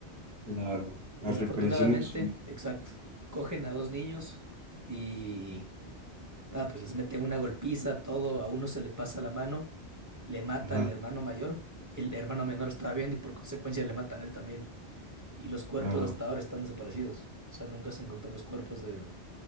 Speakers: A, on the right; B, on the right.
A: Claro. Las
B: Desafortunadamente,
A: represiones... hum-
B: exacto, cogen a dos niños y Nada, pues les meten una golpiza, todo, a uno se le pasa la mano, le mata
A: Ajá,
B: al hermano mayor y el hermano menor estaba viendo y por consecuencia le matan a él también. Y los cuerpos
A: claro.
B: hasta ahora están desaparecidos. O sea, nunca se encontraron los cuerpos del-